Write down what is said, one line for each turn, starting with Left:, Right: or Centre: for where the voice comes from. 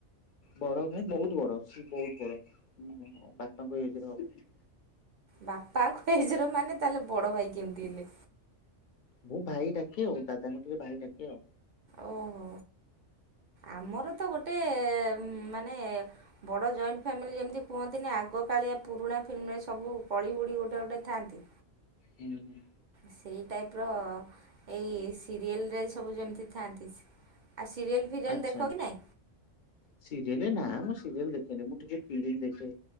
Left: ବଡ ଭାଇ ବହୁତ ବଡ ସିଏ ବହୁତ ବଡ ବାପାଙ୍କ ଏଜ୍ ର ହବ।
Right: ବାପାଙ୍କ ଏଜ ର ମାନେ ତାହେଲେ ବଡ ଭାଇ କେମିତି ହେଲେ?
Left: ମୁଁ ଭାଇ ଡାକେ ଆଉ, ଦାଦାଙ୍କୁ ଟିକେ ଭାଇ ଡାକେ ଆଉ।
Right: ଓହୋ। ଆମର ତ ଗୋଟେ ମାନେ ବଡ଼ ଜଏଣ୍ଟ ଫ୍ୟାମିଲି ଯେମିତି କୁହନ୍ତିନି ଆଗ କାଳିଆ ପୁରୁଣା ଫିଲ୍ମରେ ସବୁ କଳିଉଡ଼ି ଗୋଟେ ଗୋଟେ ଥାଆନ୍ତି।
Left: ହୁଁ।
Right: ସେଇ ଟାଇପ୍ ର ଏଇ ସିରିଏଲରେ ସବୁ ଯେମିତି ଥାଆନ୍ତି। ଆଉ ସିରିଏଲ ଫିରିଏଲ
Left: ଆଛା
Right: ଦେଖ କି ନାଇଁ?
Left: ସିରିୟଲ ନା। ସିରିଏଲ ଦେଖେନି ମୁଁ ଟିକେ ଫିଲ୍ମ ଦେଖେ